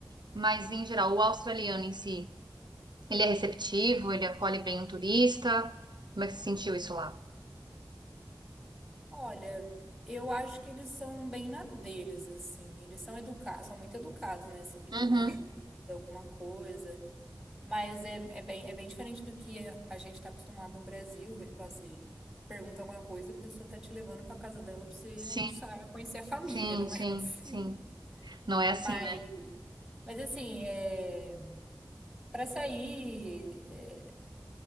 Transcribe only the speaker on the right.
Mas em geral, o australiano em si, ele é receptivo, ele acolhe bem o turista. Como é que você sentiu isso lá?
Uhum.
Sim,
sim,
sim,
sim. Não é assim,
né?